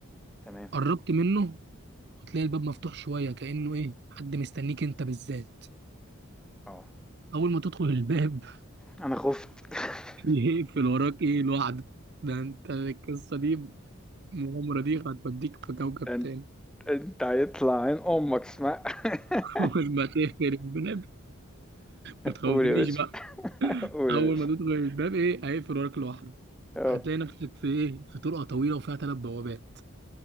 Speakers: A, in the centre; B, on the right.
A: تمام،
B: قربت منه وتلاقي الباب مفتوح شوية كأنه ايه حد مستنيك انت بالذات
A: آه.
B: أول ما تدخل الباب
A: أنا خُفت. <laughs>
B: <laughs> يقفل وراك ايه لوحده ده انت القصة دي المغامرة دي هتوديك في كوكب
A: ده أن
B: تاني
A: أنت هيطلع عين أمك اسمع <laughs>
B: اول ما تقفل الباب ما تخوفنيش
A: قُل يا باشا،
B: بقى
A: <laughs> قُل
B: اول
A: يا باشا،
B: ما تدخل الباب ايه هيقفل وراك لوحده
A: آه.
B: هتلاقي نفسك في ايه في طرقه طويله وفيها ثلاث بوابات